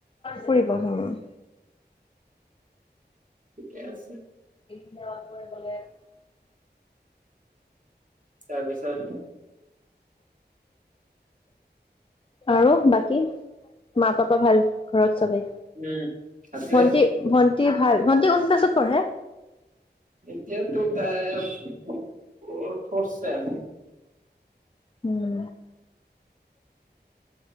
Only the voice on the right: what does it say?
ঠিকে আছে।
তাৰপিছত
উম আছে
এতিয়া টু তাই ফ' ফ'ৰ্থ চেম।